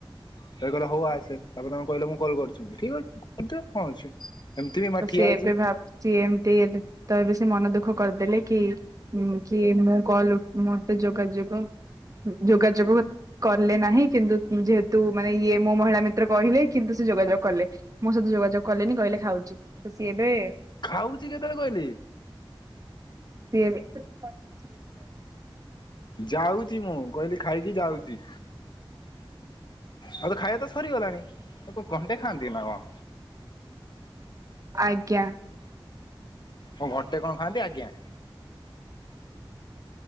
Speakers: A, on the left; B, on the right.
A: ସେ କହିଲା ହଉ ଆସେ, ତାପରେ ତମେ କହିଲ ମୁଁ କଲ କରିଛି ମୁଁ କହିଲି ଠିକ୍ ଅଛି କ କରିଦେ, କଣ ଅଛି। ଏମିତି ବି ମା
B: ହ
A: ଠିଆ
B: ସିଏ
A: ହେଇଛି
B: ଏବେ ଭାବୁଛି ଏମିତି ତ ସେ ମନ ଦଃଖ ଦୁଃଖ କରିଦେଲେ କି କି ମୁଁ କଲ କରିଦେଲେ କି ମତେ ଯୋଗାଯୋଗ ଯୋଗାଯୋଗ କଲେ ନାହିଁ, କିନ୍ତୁ ଯେହେତୁ ମାନେ ଇଏ ମୋ ମହିଳା ମିତ୍ର କହିଲେ କିନ୍ତୁ ଯୋଗାଯୋଗ କଲେ, ମୋ ସହିତ ଯୋଗାଯୋଗ କଲେନି କହିଲେ ଖାଉଛି, ତ ସିଏ ଏବେ
A: ଖାଉଛି କେତେବେଳେ କହିଲି!
B: ସେ
A: ଯାଉଛି ମୁଁ କହିଲି ଖାଇକି ଯାଉଛି।
B: <unintelligible>
A: ଆଉ ତ ଖାଇବା ତ ସରିଗଲାଣି ଆଉ ଘଣ୍ଟେ ଖାଆନ୍ତି ନା କଣ?
B: ଆଜ୍ଞା।
A: କଣ ଘଣ୍ଟେ କଣ ଖାଆନ୍ତି ଆଜ୍ଞା।